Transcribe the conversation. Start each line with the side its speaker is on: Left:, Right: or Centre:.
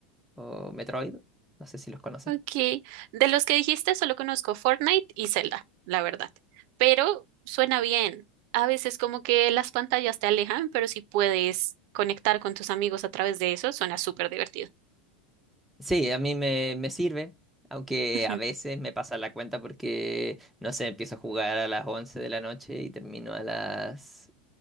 Centre: o Metroid, no sé si los conoces.
Right: Ok, de los que dijiste solo conozco Fortnite y Zelda, la verdad. Pero suena bien. A veces como que las pantallas te alejan, pero si puedes conectar con tus amigos a través de eso, suena súper divertido.
Centre: Sí, a mí me, me sirve, aunque
Right: Ujú.
Centre: a veces me pasa la cuenta porque, no sé, empiezo a jugar a las 11 de la noche y termino a las